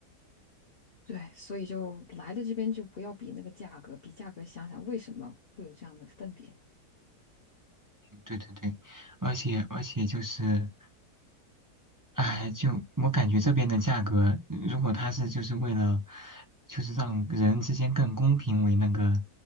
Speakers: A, on the left; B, on the right.
A: 对，所以就来了这边就不要比那个价格，比价格想想为什么会有这样的分别。
B: 对对对，而且而且就是，哎，就我感觉这边的价格，如果他是就是为了，就是让人之间更公平为那个